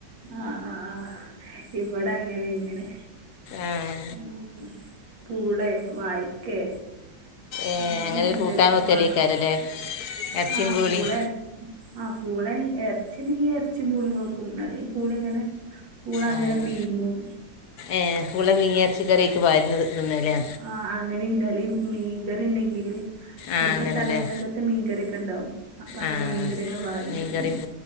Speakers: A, on the right; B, on the left.
A: ആഹ് ആഹ് ആ ഇവടങ്ങനെന്നേണ്.
B: ആഹ്
A: ഉും പൂളെ വായ്ക്കേ
B: ഏഹ്
A: അങ്ങനെ
B: അങ്ങനൊരു
A: എന്തെലൊക്കെ
B: കൂട്ടാൻ വെക്കലേക്കാരല്ലേ
A: വാണം
B: എറച്ചിം
A: ആഹ്
B: പൂളീം
A: പൂളെ. ആഹ പൂളെനി എർച്ചിണ്ടെങ്കി എർച്ചിം പൂളീം വെകു കുന്നതി പൂളിങ്ങനെ പൂളങ്ങനെ
B: ആഹ്
A: പീങ്ങും
B: ഏഹ് പുള പീങ്ങി എറ്ച്ചിക്കറിയ്ക്ക് പാർന്ന് തിന്നലെ?
A: ആ അങ്ങനീണ്ടലിം മീൻകറിണ്ടെങ്കില് ചെലപ്പ
B: ആഹ് അങ്ങനെല്ലേ
A: തലേന്നകത്തെ മീൻകറിയൊക്കെണ്ടാവും അപ്പങ്ങനെ
B: ആഹ്
A: മീൻകറിക്കെ പാർന്ന്
B: മീൻകറിയും
A: തിന്നും.